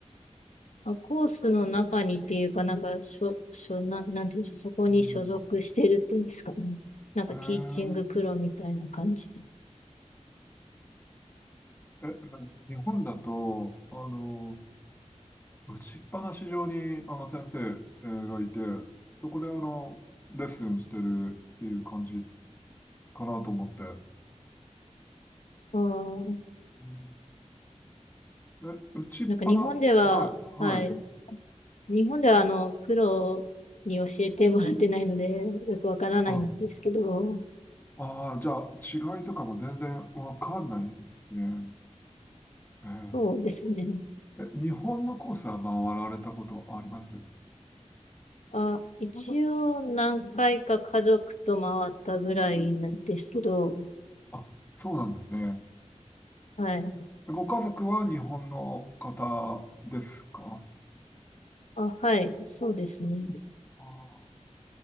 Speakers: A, on the left; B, on the left.
A: まあ、コースの中にっていうか、なんか、しょ、しょ、なん、なんていうんでしょう、そこに所属してるっていうんですかね。
B: うん。
A: なんか、
B: へー
A: ティーチングプロみたいな感じで。
B: え、え日本だと、あの、打ちっぱなし上に、あの、先生えーがいて、そこで、あの、レッスンしてるっていう感じかなと思って。
A: あー
B: うんえ、打ちっぱな、
A: なんか、日本では、
B: はい、はい。
A: はい。日本では、あの、プロに教えてもらってないので、よくわからないんですけど、
B: あ、ああ、じゃあ、違いとかも全然わかんないですね。え
A: そうですね。
B: ええ、日本のコースは回られたことあります
A: あ、一応、何回か家族と回ったぐらいなんですけど、
B: あ、そうなんですね。
A: はい。
B: ご家族は日本の方ですか
A: あ、はい。そうですね。
B: ああ